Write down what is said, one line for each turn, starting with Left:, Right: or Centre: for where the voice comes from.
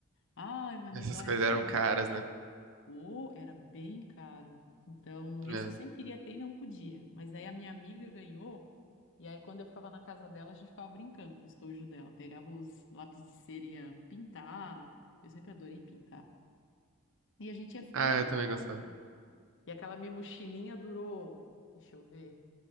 Left: Ai, mas me
Right: Essas
Left: dói
Right: coisas
Left: até
Right: eram
Left: hoje.
Right: caras, né?
Left: O era bem caro. Então, esse
Right: É.
Left: eu sempre queria ter e não podia. Mas aí a minha amiga ganhou e aí quando eu ficava na casa dela, a gente ficava brincando com o estojo dela. Pegava os lápis de cera e ia pintar. Eu sempre adorei pintar. E a gente ia,
Right: Ah,
Left: ia brincando.
Right: eu também gostava.
Left: E aquela minha mochilinha durou, deixa eu ver,